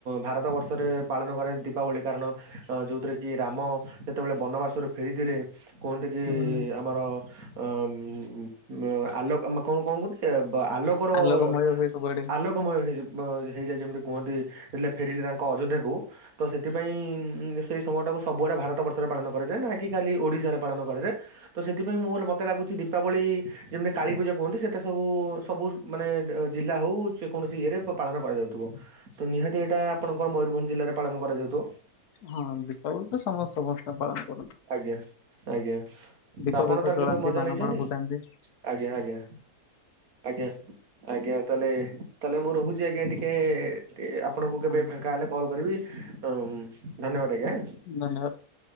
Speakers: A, on the right (about 70°); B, on the left (about 85°).
A: ଭାରତ ବର୍ଷରେ ପାଳନ କରାଯାଏ ଦୀପାବଳି କାରଣ ଅ ଯୋଉଥିରେ କି ରାମ ଯେତେବେଳେ ବନବାସରୁ ଫେରିଥିଲେ କୁହନ୍ତି କି
B: ହୁଁ
A: ଆମର ଅମ୍ ଉମ୍ ଆଲୋକ ଆମେ କଣ କଣ କହନ୍ତି ଆଲୋକର
B: ଆଲୋକମୟ
A: ଆଲୋକ
B: ହୁଏ ସବୁଆଡେ
A: ଆଲୋକମୟ ହେଇ ମ ହେଇଯାଏ ଯେମତି କୁହନ୍ତି ଯେତେବେଳେ ଫେରିଲେ ତାଙ୍କ ଅଯୋଧ୍ୟାକୁ ତ ସେଥିପାଇଁ ଉଁ ସେଇ ସମୟଟାକୁ ସ ସବୁଆଡ଼େ ଭାରତ ବର୍ଷରେ ପାଳନ କରାଯାଏ ନା କି ଖାଲି ଓଡ଼ିଶାରେ ପାଳନ କରାଯାଏ ତ ସେଥିପାଇଁ ମୋର ମ ତେ ଲାଗୁଚି ଦୀପାବଳି ଯେମତି କାଳୀପୂଜା କୁହନ୍ତି ସେଇଟା ସବୁ ସବୁ ମାନେ ଜିଲ୍ଲା ହୋଉ ଚେ କୌଣସି ଇଏରେ ପ-ପାଳନ କରାଯାଉଥୁବ ତ ନିହାତି ଏଇଟା ଆପଣଙ୍କର ମୟୂରଭଞ୍ଜ ଜିଲ୍ଲାରେ ପାଳନ କରାଯାଉଥୁବ।
B: ହଁ ଦୀପାବଳି ତ ସମସ୍ ସମସ୍ତେ ପାଳନ କରନ୍ତି।
A: ଆଜ୍ଞା ଆଜ୍ଞା
B: ଦୀପ
A: ତ ଆପଣ
B: ଫିପ
A: ତାର
B: ଜଳାନ୍ତି
A: କେବେ ମଜା
B: ବାଣ
A: ନେଇଚନ୍ତି?
B: ଫାଣ ଫୁଟାନ୍ତି
A: ଆଜ୍ଞା ଆଜ୍ଞା ଆଜ୍ଞା। ଆଜ୍ଞା ତାହେଲେ ତାହେଲେ ମୁଁ ରହୁଚି ଆଜ୍ଞା ଟିକେ ତେ ଆପଣଙ୍କୁ କେବେ
B: ଆଉ
A: ଫାଙ୍କା ହେଲେ କଲ୍ କରିବି ଉଁ ଧନ୍ୟବାଦ ଆଜ୍ଞା।
B: ଧନ୍ୟବାଦ।